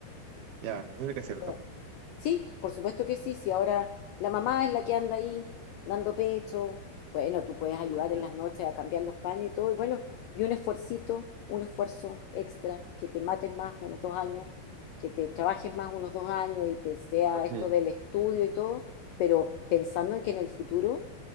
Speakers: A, on the right; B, on the left.
A: ya, eso sí que es cierto.
B: ¿no? Sí, por supuesto que sí. Si ahora la mamá es la que anda ahí dando pecho, bueno, tú puedes ayudar
A: Sí,
B: en las noches a cambiar los paños y todo. Y bueno, y un esfuercito, un esfuerzo extra, que te mates más unos dos años, que te trabajes más unos dos años y te sea
A: pues
B: esto
A: sí,
B: del estudio y todo, pero pensando en que en el futuro